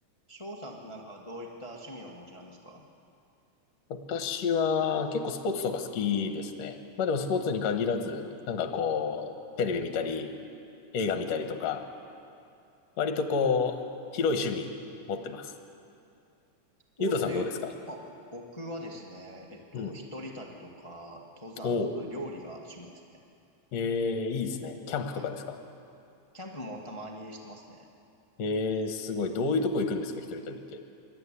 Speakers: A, on the left; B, on the left.
A: 翔さんってなんかどういった趣味をお持ちなんですか
B: 私は結構スポーツとか好きですね。まあでもスポーツに限らず、なんかこう、テレビ見たり、映画見たりとか、割とこう、広い趣味持ってます。
A: スポーツで言う、
B: ゆうとさんどうですか
A: あ、僕はですね、えっと、
B: うん。
A: 一人旅とか、登山とか、
B: おう。
A: 料理が趣味ですね。
B: ええいいですね。キャンプとかですか
A: はい。キャンプもたまにしてますね。
B: ええすごい。どういうとこ行くんですか一人旅って。